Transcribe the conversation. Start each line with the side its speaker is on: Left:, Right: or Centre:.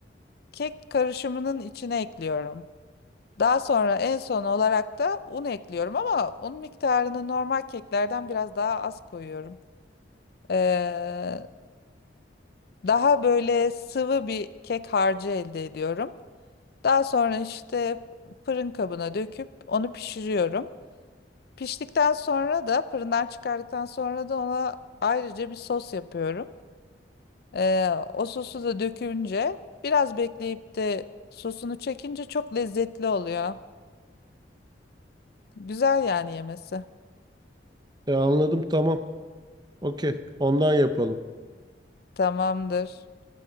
Left: kek karışımının içine ekliyorum. Daha sonra en son olarak da un ekliyorum ama un miktarını normal keklerden biraz daha az koyuyorum. Ee, daha böyle sıvı bir kek harcı elde ediyorum. Daha sonra işte fırın kabına döküp onu pişiriyorum. Piştikten sonra da fırından çıkardıktan sonra da ona ayrıca bir sos yapıyorum. Ee, o sosu da dökünce biraz bekleyip de sosunu çekince çok lezzetli oluyor. Güzel yani yemesi.
Right: E anladım tamam. Okey. Ondan yapalım.
Left: Tamamdır.